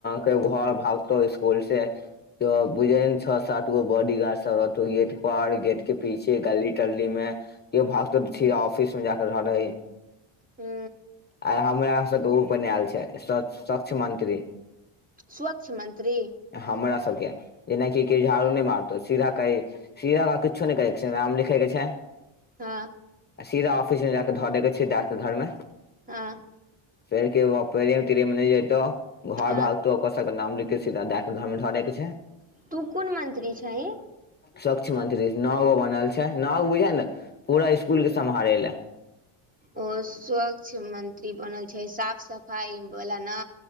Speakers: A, on the left; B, on the right.
A: न घर भागतौ स्कुल से। त बुझयन छ सात गो बॉडीगार्ड सब रहतो गेट पर, गेट के पीछे गली- टली में। केओ भागतो छय ऑफिस मे जाक रह लय।
B: हू
A: आ हमरा सबके उ बनायल छै स सक्ष मंत्री।
B: स्वच्छ मंत्री
A: हमरा सबके जेनाकि कि झाड़ू नहि मारतौ सीधा कही <inaudible> किछो नहि करै छै नाम लिखे के छै।
B: हँ।
A: आ सीधा ऑफिस मे जा के धऽ दे के छै डाक घरमे।
B: आँ।
A: फर के बर तरे मिन जेतौ घर
B: हँ
A: भागतौ। ओक सब के नाम लिख कऽ सीधा डॉक घर मे घऽ दय के छै।
B: तू कुन मंत्री छही?
A: स्वच्छ मंत्री नओ गो बनल छै नओ गो बुझ ने पूरा स्कूल के सम्हारे ले।
B: ओ स्वच्छ मंत्री बनल छै साफ सफाई वला न?